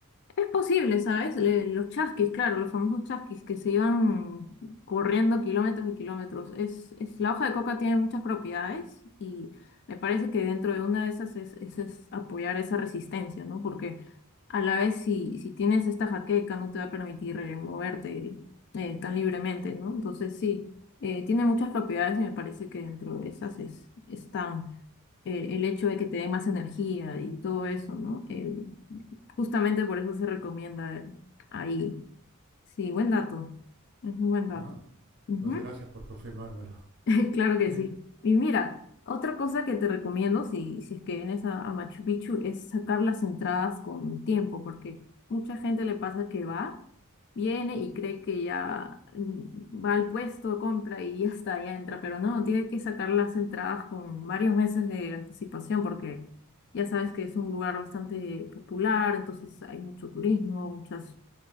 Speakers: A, on the left (about 50°); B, on the right (about 50°).
A: Es posible, ¿sabes? Le- los chasquis, claro, los famosos chasquis que se iban corriendo kilómetros y kilómetros. Es, es, la hoja de coca tiene muchas propiedades y me parece que dentro de una de esas es, es- es apoyar esa resistencia, ¿no? Porque a la vez si, si tienes esta jaqueca no te va a permitir eh, moverte eh, tan libremente, ¿no? Entonces sí, eh, tiene muchas propiedades y me parece que dentro de esas es, están eh, el hecho de que te dé más energía y todo eso, ¿no? Em, Justamente por eso se recomienda ahí. Sí, buen dato. Es un buen dato.
B: Ah,
A: Ujú.
B: pues gracias por confirmármelo.
A: <laughs> Claro que
B: Y
A: sí.
B: eh,
A: Y mira, otra cosa que te recomiendo si, si es que vienes a, a Machu Picchu es sacar las entradas con tiempo, porque mucha gente le pasa que va, viene y cree que ya mm, va al puesto, compra y ya está, ya entra, pero no, tiene que sacar las entradas con varios meses de anticipación, porque ya sabes que es un lugar bastante popular, entonces hay mucho turismo, muchas